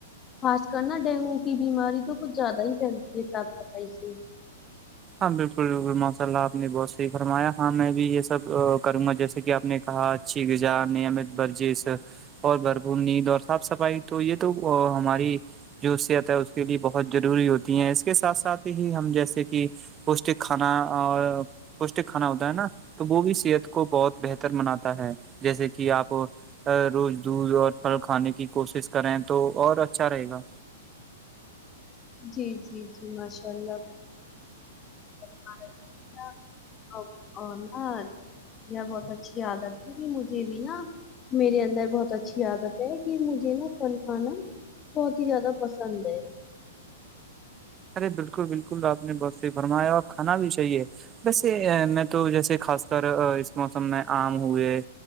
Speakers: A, on the left (about 25°); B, on the right (about 25°).
A: خاص کر نا ڈینگو کی بیماری تو کچھ زیادہ ہی پھیلتی ہے صاف سفائی سے
B: ہاں بلکل بلکل ماشاء اللہ آپ نے بہت صحیح فرمایا ہاں میں بھی یہ سب کروں گا جیسے کہ آپ نے کہا <unintelligible> اور بھرپور نیند اور صاف صفائی تو یہ تو ہماری جو صحت اس کے لیے بہت ضروری ہوتی ہیں اس کے ساتھ ساتھ ہی ہم جیسے کہ پوشٹک کھانا اور پوشٹک کھانا ہوتا ہے نا تو وہ بھی صحت کو بہت بہتر بناتا ہے جیسے کہ آپ روز دودھ اور پھل کھانے کی کوشش کریں تو اور اچھا رہے گا
A: جی جی جی ماشاء اللہ <inaudible> یہ بہت اچھی عادت ہے مجھے بھی نا میرے اندر بہت اچھی عادت ہے کہ مجھے نا پھل کھانا بہت ہی زیادہ پسند ہے
B: ارے بلکل بلکل آپ نے بہت صحیح فرمایا اور کھانا بھی چاہیے ویسے میں تو جیسے خاص کر اس موسم میں آم ہوئے